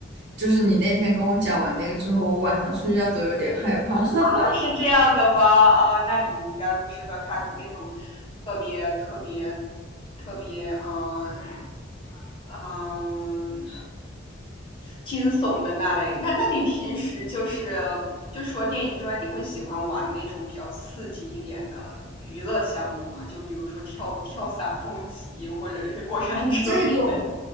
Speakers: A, on the right (about 60°); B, on the left (about 25°).
A: 就是你那天跟我讲完那个之后，我晚上睡觉都有点害怕。<laughs>
B: 啊，是这样的吗？啊，那你应该不适合看那种特别特别特别嗯嗯惊悚的那类。那那你平时就是就除了电影之外，你会喜欢玩那种比较刺激一点的娱乐项目吗？就比如说跳跳伞、蹦极，或者是过山车之类
A: 啊，这种